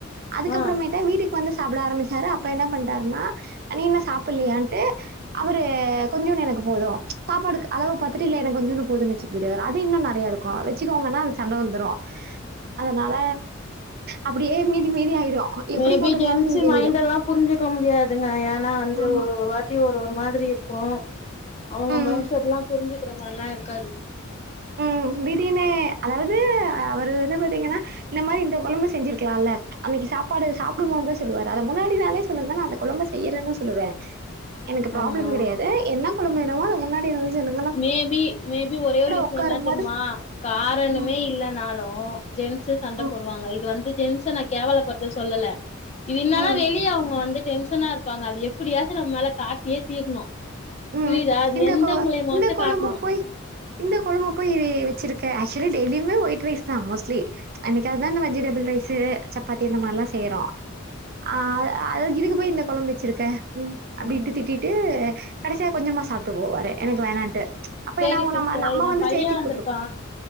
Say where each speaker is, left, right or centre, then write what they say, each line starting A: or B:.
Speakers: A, on the right; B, on the left.
A: அதுக்கப்பறமேட்டா
B: ஆ
A: வீட்டுக்கு வந்து சாப்ட ஆரம்பிச்சாரு அப்ப என்ன பண்ட்டாருன்னா நீ இன்னு சாப்புட்லயான் அவரு கொஞ்சுன்னு எனக்கு போது சாப்பாடுக்கு அளவ பாத்துட்டு இல்ல எனக்கு கொஞ்சுன்னு போது மிச் வச்சுட்டு போயிடுவாரு அது இன்னு நெறயா இருக்கு வச்சுக்கோங்கனா அதுக் சண்ட வந்துரு அதனால அப்படியே மீதி மீதி ஆயிடும்.
B: மேபி
A: எப்படி போட்டிருந்தாலும்
B: ஜென்ஸ்
A: மீதி
B: மைண்ட்
A: ஆயிடும்.
B: எல்லா புரிஞ்சுக்க முடியாதுங்க ஏனா வந்து
A: ஆமா.
B: ஒரு வார் தியு ஒரு ஒரு மாதிரி இருக்கு அவுங்க
A: ம்.
B: மைண்ட செட்ல்லா புரிஞ்சுக்கிற மாரிலா இருக்காது
A: ம் திடீர்னு அதாவது அவரு வந்து பாத்தீங்கனா இந்த மாரி இந்த கொழம்பு செஞ்சிருக்கலால அன்னைக்கி சாப்பாடு சாப்டுபோதுதா சொல்லுவாரு அத முன்னாடி நாளே சொல்லுங்க நா அந்த கொழம்ப செய்றேனு தா சொல்லுவே எனக்கு ப்ராப்ளம்
B: ஆமா
A: கெடயாது என்ன கொழம்பு வேணுமோ அத முன்னாடி நாளே சொல்லுங்க
B: மேபி மேபி ஒரே ஒரு விஷயோ
A: உட்காரும்போது
B: என்ன தெரிமா காரணமே
A: ம்,
B: இல்லன்னாலு ஜென்ஸூ சண்ட
A: ம்,
B: போடுவாங்க இது வந்து ஜென்ஸ நா கேவலப்படுத்த சொல்லல இது என்னனா
A: ம்,
B: வெளிய அவுங்க வந்து டென்ஷனா இருப்பாங்க அது எப்டியாச்சு நம்ம மேல காட்டியே தீரணு புரியுதா
A: ம்.
B: அது
A: இந்த
B: எந்த
A: கொ
B: மூலியமாவாச்சு
A: இந்த குழம்ப
B: காட்ணு
A: போய் இந்த கொழம்பபோய் வச்சிருக்க ஆக்சுவலி டெய்லிமே ஒயிட் ரைஸ் தா மோஸ்ட்லி என்னைக்காவதுதா இந்த வெஜிடபிள் ரைஸு சப்பாத்தி இந்த மாரில்லா செய்றோ ஆஹ் அ அதா இதுக்கு போய் இந்த கொழம்பு வச்சிருக்க அப்டின்ட்டு
B: ம்
A: திட்டிட்டு கடசியா கொஞ்சமா சாப்ட்டு போவாரு எனக்கு வேணான்ட்டு அப்ப
B: சேரி
A: என்னாவோ
B: சிஸ்டர்
A: நம நம்ம
B: எ
A: வந்து
B: பைய
A: சேத்தி
B: வந்திருக்கா
A: போட்டுருபோ